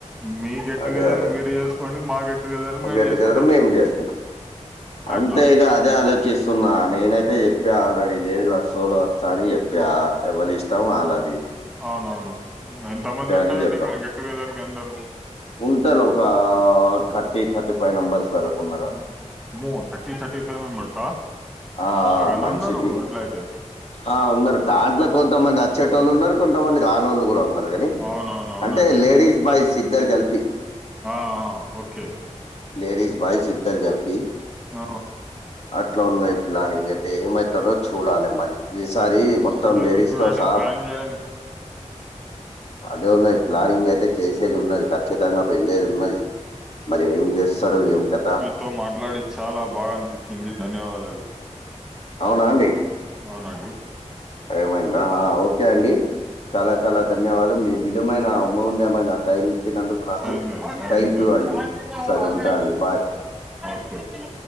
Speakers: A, in the centre; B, on the left.
A: మీ గెట్టుగెదర్
B: అదే అదే
A: మీరు చే సుకోని మా గెట్ టుగెదర్ మే
B: గెట్
A: చేసు
B: టుగెదర్ మేము చేసుకుంటాం అంతే
A: అట్లా
B: ఇ అదే ఆలోచిస్తున్నా నేనైతే చెప్పా ఆల్రెడీ లేడీ సోలో వస్తా అని చెప్పా ఎవ్వరి ఇ ష్టం అలా
A: అవునవును ఎంత మంది
B: అని
A: ఉంటారండి
B: చెప్పా
A: మీ గెట్టుగెదర్ కి అందరు
B: ఉంటారు ఒక థర్టీ థర్టీ ఫైవ్ మెంబర్స్ వరకు ఉన్నారండి
A: మో థర్టీ థర్టీ ఫైవ్ మెంబర్సా
B: ఆ
A: బాగానే
B: మనిషికి
A: ఉన్నారు అట్లా అయితే
B: ఆ ఉన్నారు దాంట్లో కొంతమంది అచ్చేటీ వాళ్ళు ఉన్నారు కొంతమంది రానోళ్ళు కూడా ఉండాలి కానీ
A: అవునవును. అవునండి.
B: అంటే లేడీస్ బాయ్స్ ఇద్దరు కలిపి
A: ఆ ఓకే
B: లేడీస్ బాయ్స్ ఇద్దరు కలిపి
A: ఆ
B: ఇట్లా ఉన్నయి ప్లానింగ్ అయితే ఏమవుతారో చూడాలి మరి ఈసారి మొత్తం
A: చూడండి,
B: లేడీస్
A: చూడండి.
B: తో సా
A: ప్లాన్ చేయండి.
B: అదే ఉన్నయి ప్లానింగ్ అయితే చేసేది ఉన్నది ఖచ్చితంగా వెళ్ళేది ఉన్నది మరి ఏం చేస్తారు ఏం కథ
A: తో మాట్లాడి చాలా బాగా అనిపించింది ధన్యవాదాలు
B: అవునా అండి
A: అవునండి
B: అమై ఓకే అండి చాలా చాలా ధన్యవాదాలు మీ విలుమైన అమ్ముల్యమైన టైం మిచ్చినందుకు నాకు
A: థాంక్ యూ అండి. థాంక్
B: థ్యాంక్
A: థాంక్
B: యూ అండి సరే ఉంటా
A: యూ.
B: అండి బాయ్
A: ఓకే ఓకే